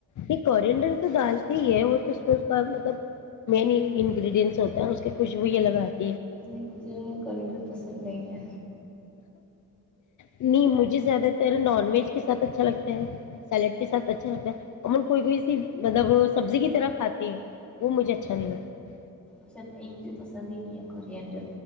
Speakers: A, on the left; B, in the centre.
A: یہ کنڈر تو دال سے ہی ہے وہ تو سوچتا ہے مطلب مین انگریڈینٹس ہوتا ہے اس کے خوشبو ہی لگ آتا
B: نہیں مجھے کیڈر پسند نہیں ہے
A: نہیں مجھے زیادہ تر نان ویج کے ساتھ اچھا لگتا ہے سیلیڈ کے ساتھ اچھا لگتا ہے ا کوئی کوئی ایسی مطلب سبزی کی طرح کھاتے ہیں وہ مجھے اچھا نہیں لگتا
B: اصل نہیں مجھے پسند ہی نہیں ہے کرنڈر